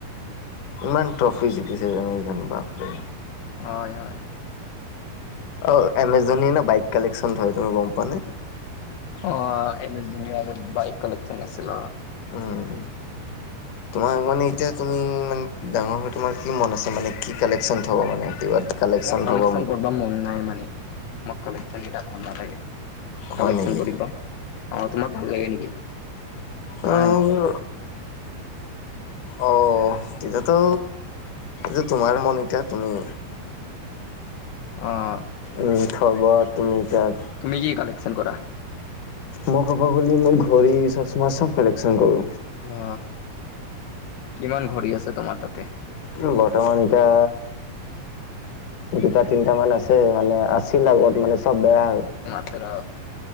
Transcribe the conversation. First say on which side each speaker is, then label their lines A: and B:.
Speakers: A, on the left; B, on the left.
A: ইমান ট্ৰফি জিকিছে এম এছ ধনী বাপৰে।
B: হয়-হয়।
A: অ, এম এছ ধোনী না বাইক কালেকশচন ধ হয় তুমি গম পোৱা নে?
B: অ, এম এছ ধনী আগত বাইক কলক চ ন আছিল।
A: উম।
B: <inaudible>
A: তোমাক মানে এতিয়া তুমি মানে ডাঙৰ হৈ তোমাৰ কি মন আছে মানে কি কালেকশ্যন থ'ব মানে কিবা কালেকশ্যন
B: মোক
A: থ'ব
B: কালেকচ্যন কৰিব মন নাই মানে মোক কালেকচ্যন কেইটা ভাল নালাগে
A: হয়
B: কালেকচন
A: নেকি?
B: কৰিবা, অ তোমাক লাগে নেকি? নাই
A: ওম। অ, তেতিয়াতো যে তোমাৰ মন এতিয়া তুমি
B: <inaudible> ওম।
A: উম হব তুমি তাক।
B: তুমি কি কালেকশ্যন কৰা?
A: মই ক'ব গ'লে মই ঘড়ী চচমা চব কালেকশচন কৰো।
B: অ, কিমান ঘড়ী আছে তোমাৰ তাতে?
A: উম বৰ্তমান এতিয়া দুটা তিনটা মান আছে মানে আছ চছিল আগত মানে চব বেয়া হৈ
B: ত ৰ